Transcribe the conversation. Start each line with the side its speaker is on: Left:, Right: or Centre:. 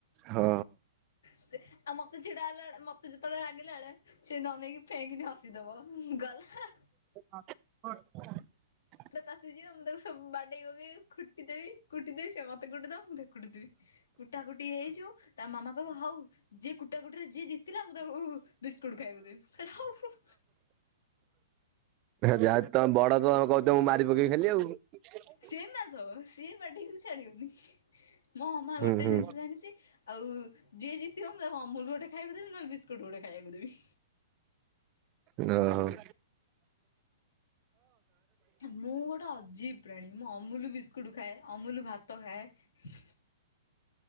Right: ହଁ
Left: ସେ ଆଉ ମତେ ଛିଡା ହେଲାବେଳେ ମତେ ଯେତେବେଳେ ରାଗିଲା ବେଳେ ସେ ଅନେଇକି ଫେଇଁକିନି ହସିଦବ। ହିଁ ଗଲା ଆଉ।
Right: ହଁ।
Left: ତ ତାତି ଯିବ ମୁଁ ତାକୁ ସବୁ ବାଡେଇ ପକେଇବି କୁଟିଦେବି କୁଟିଦେବି ସେ ମତେ ମତେ କୁଟି ଦେଦ ମୁଁ ତାକୁ କୁଟି ଦେବି କୁଟା କୁଟି ହେଇଯିବୁ ତା ମାମା କହିବ ହଉ ଯିଏ କୁଟା କୁଟିରେ ଯିଏ ଜିତିଲା ମୁଁ ତାକୁ ବିସ୍କୁଟ ଖାଇବାକୁ ଦେବେ ମୁଁ କହିବି ହୋଉ।
Right: ଯାହା ତ ବଡ ତମେ କହୁଥିବା ମୁଁ ମାରି ପକେଇବି ଖାଲି ଆଉ।
Left: ସିଏ ବି ମାରିଦବ ସିଏ ପାଟି ଛାଡିବନି ମୋ ମା
Right: ହୁଁ
Left: ଗୋଟେ
Right: ହୁଁ
Left: ଜିନିଷ ଜାଣିଛି ଆଉ ଯିଏ ଜିତିବ ମୁଁ ତାକୁ ଅମୁଲ ଗୋଟେ ଖାଇବାକୁ ଦେବି ନହେଲେ ବିସ୍କୁଟ ଗୋଟେ ଖାଇବାକୁ ଦେବି।
Right: ନ ହୋଉ।
Left: ମୁଁ ଗୋଟେ ଅଜୀବ ପ୍ରାଣୀ ମୁଁ ଅମୁଲ ବିସ୍କୁଟ ଖାଏ ଅମୁଲ ଭାତ ଖାଏ।